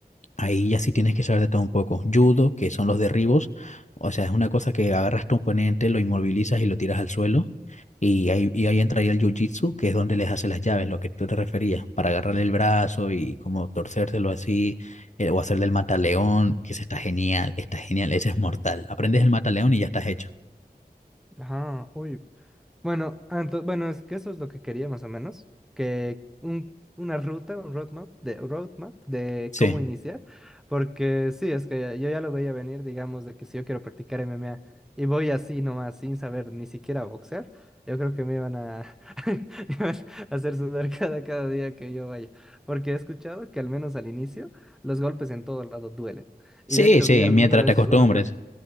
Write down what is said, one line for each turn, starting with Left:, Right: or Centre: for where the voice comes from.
Left: Ahí ya sí tienes que saber de todo un poco. Judo, que son los derribos, o sea, es una cosa que agarras tu oponente, lo inmovilizas y lo tiras al suelo. Y ahí, y ahí entraría el jiu-jitsu, que es donde les haces las llaves, lo que tú te referías, para agarrarle el brazo y como torcérselo así, eh, o hacer del mataleón, que ese está genial, está genial, ese es mortal. Aprendes el mataleón y ya estás hecho.
Centre: Ajá. Uy, Bueno, anto- bueno, es que eso es lo que quería más o menos, que un, una ruta, un roadmap de, roadmap de
Left: Sí,
Centre: cómo iniciar, porque sí, es que yo ya lo veía venir, digamos, de que si yo quiero practicar MMA y voy así nomás sin saber ni siquiera boxear, yo creo que me iban a, <laughs> me iban a hacer sudar cada, cada día que yo vaya, porque he escuchado que al menos al inicio los golpes en todo lado duelen. Y
Left: sí,
Centre: de hecho
Left: sí,
Centre: vi alguna
Left: mientras
Centre: vez
Left: te acostumbres.
Centre: uno que, ot-